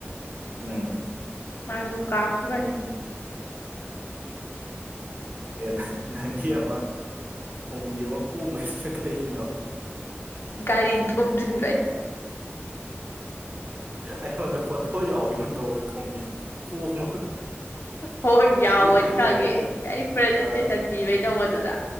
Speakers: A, on the right; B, on the left.
A: ꯎꯝ
B: ꯃꯥꯁꯨ ꯀꯥꯕꯀꯤ ꯃꯥꯅꯤ
A: ꯑꯦ ꯅꯪꯒꯤ ꯑꯃ ꯈꯣꯡꯕꯤ ꯑꯃ ꯄꯣꯝꯕꯩꯕꯁꯤꯅ ꯀꯩꯒꯤꯅꯣ
B: ꯒꯥꯔꯤ ꯆꯝꯖ ꯂꯩꯥꯏ
A: ꯑꯩꯉꯣꯟꯗ ꯄꯣꯇꯣ ꯌꯥꯎꯕ ꯑꯃ ꯇꯧꯕꯅꯤ ꯈꯣꯝꯕꯤꯁꯦ ꯄꯣꯝ
B: ꯍꯣꯏ ꯌꯥꯎꯕꯅꯤ
A: ꯕꯤꯅꯤꯔꯁꯤ
B: ꯈꯪꯉꯦ
A: ꯇꯔ ꯀꯩꯅ
B: ꯑꯩ ꯄ꯭ꯔꯖꯦꯟꯇꯦꯁꯟ
A: ꯑ
B: ꯄꯤꯕꯩ ꯇꯧꯕꯗꯨꯗ